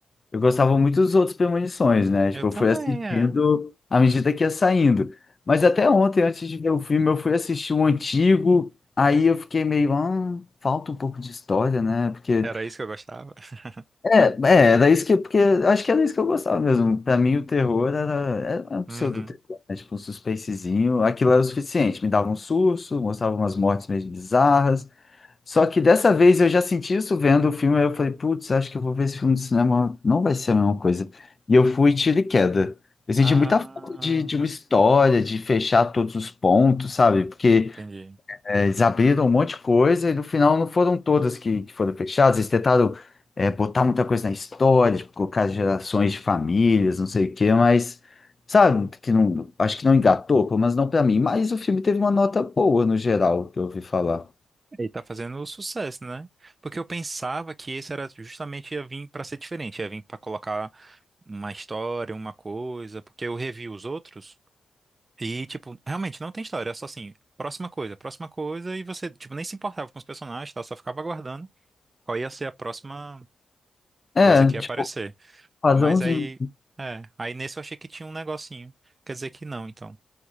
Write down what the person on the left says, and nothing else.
Eu gostava muito dos outros Premonições, né? Tipo,
eu fui assistindo
à medida que ia saindo. Mas até ontem, antes de ver o filme, eu fui assistir o antigo. Aí eu fiquei meio, ah, falta um pouco de história, né? Porque
É, é, era isso que, porque acho que era isso que eu gostava mesmo. Pra mim, o terror era, era um pseudo-terror,
né? Tipo um suspensezinho. Aquilo era o suficiente. Me dava um susto, mostrava umas mortes meio bizarras. Só que dessa vez eu já senti isso vendo o filme. aí Eu falei, putz, acho que eu vou ver esse filme no cinema. Não vai ser a mesma coisa. E eu fui tiro e queda. Eu senti
muita falta de, de uma história, de fechar todos os pontos, sabe? Porque.
É, Eles abriram um monte de coisa e no final não foram todas que, que foram fechadas. Eles tentaram é, botar muita coisa na história, tipo, colocar gerações de famílias, não sei o quê, mas sabe, que não, acho que não engatou, pelo menos não pra mim. Mas o filme teve uma nota boa no geral, que eu ouvi falar.
É,
tipo,
padrãozinho.